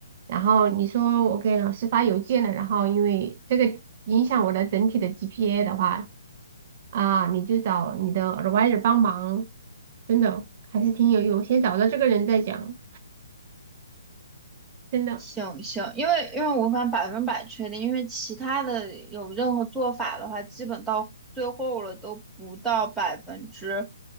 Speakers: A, on the right; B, in the centre.
A: 然后你说我给老师发邮件了，然后因为这个影响我的整体的 GPA 的话，啊，你就找你的 advisor 帮忙，真的还是挺有用。先找到这个人再讲，真的
B: 行行，因为因为我无法百分百确定，因为其他的有任何做法的话，基本到最后了都不到百分之，